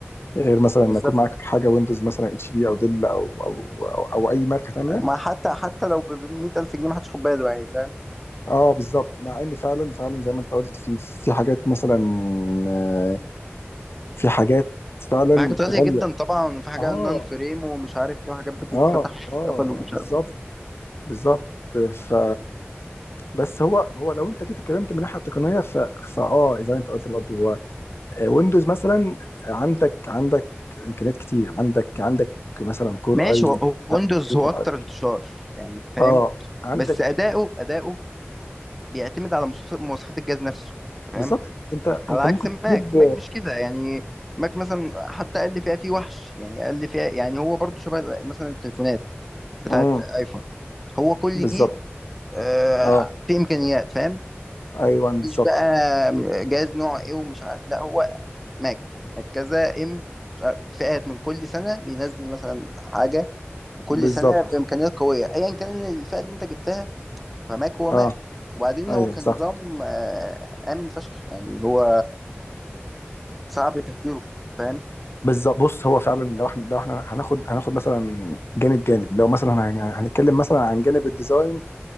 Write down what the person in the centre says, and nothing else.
بالظبط
ما حتى حتى لو ب 100000 جنيه ما حدش خد باله يعني فاهم
في حاجات غالية
جدا طبعا في حاجة
نان فريم ومش عارف ايه وحاجات بتتفتح
وبتتقفل
ومش
عارف
ماشي
هو هو ويندوز هو
اكتر
انتشار يعني فاهم
بس اداؤه اداؤه بيعتمد على مواصفات مواصفات الجهاز نفسه فاهم
على
عكس
ماك
ماك مش كده يعني ماك مثلا حتى اقل فئه فيه وحش يعني اقل فئه يعني هو برضو شبه مثلا التليفونات بتاعت
ايفون هو كل
جيل آه
فيه امكانيات فاهم
مفيش
بقى جهاز نوع ايه ومش عارف لا هو ماك ماك كذا ام مش عارف فئات من كل سنه بينزل مثلا حاجه وكل
سنه بامكانيات قويه ايا كان الفئه اللي انت جبتها فماك هو
ماك وبعدين
هو كان
نظام آه، امن فشخ يعني هو صعب تهكيره فاهم